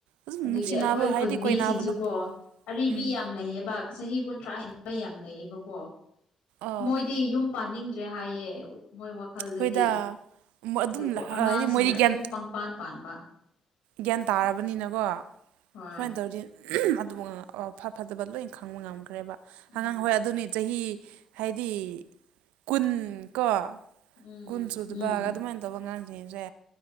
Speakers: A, on the right; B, on the left.
A: ꯑꯗꯨꯝ
B: ꯑꯗꯨꯒꯤ
A: ꯅꯨꯡꯁꯤꯅꯕ
B: ꯑꯩꯈꯣꯏ
A: ꯍꯥꯏꯗꯤ
B: ꯈꯨꯟ ꯃꯤꯁꯤꯡꯁꯨꯀꯣ
A: ꯀꯣꯏꯅꯕ ꯅꯨꯞ
B: ꯑꯔꯤꯕꯤ
A: ꯎꯝ
B: ꯌꯥꯝ ꯂꯩꯌꯦꯕ ꯆꯍꯤ ꯀꯨꯟꯊ꯭ꯔꯥ ꯍꯦꯟꯕ ꯌꯥꯝ ꯂꯩꯌꯦꯕꯀꯣ
A: ꯑꯥ
B: ꯃꯣꯏꯗꯤ ꯌꯨꯝ ꯄꯥꯅꯤꯡꯗ꯭ꯔꯦ ꯍꯥꯏꯌꯦ ꯃꯣꯏ ꯋꯥꯈꯜꯗꯗꯤ
A: ꯍꯣꯏꯗ ꯑꯗꯨꯝ
B: ꯑꯗꯨꯕꯨ ꯑꯉꯥꯡꯁꯤꯡꯅ
A: ꯍꯥꯏꯗꯤ ꯃꯣꯏꯗꯤ
B: ꯑꯗꯨꯝ
A: ꯒ꯭ꯌꯥꯟ
B: ꯄꯪꯄꯥꯟ ꯄꯥꯟꯕ ꯎꯝ
A: ꯒ꯭ꯌꯥꯟ ꯇꯥꯔꯕꯅꯤꯅꯀꯣ
B: ꯍꯣꯏ
A: ꯁꯨꯃꯥꯏꯅ ꯇꯧ ꯑꯗꯨ ꯐꯕ ꯐꯠꯇꯕ a ng ꯂꯣꯏ ꯈꯪꯕ ꯉꯝꯈ꯭ꯔꯦꯕ
B: ꯎꯝ
A: ꯑꯉꯥꯡ ꯍꯣꯏ
B: ꯎꯝ
A: ꯑꯗꯨꯅꯤ ꯇꯧ ꯇ ꯡꯡ ꯆꯍꯤ ꯍꯥꯏꯗꯤ ꯀꯨꯟ ꯀꯣ
B: ꯎꯝ
A: ꯀꯨꯟꯁꯨꯗꯕ
B: ꯎꯝ
A: ꯥꯑꯗꯨ ꯃꯥꯏ ꯑꯇꯧꯕ ꯑꯉꯥꯡꯁꯤꯡꯁꯦ